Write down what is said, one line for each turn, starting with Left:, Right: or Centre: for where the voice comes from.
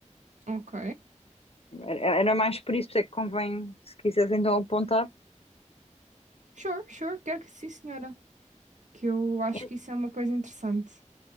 Right: ok.
Left: Era era mais por isso, é que convém, se quiseres então apontar.
Right: Sure, sure, quero que sim, senhora. Que eu acho
Left: En-
Right: que isso é uma coisa interessante.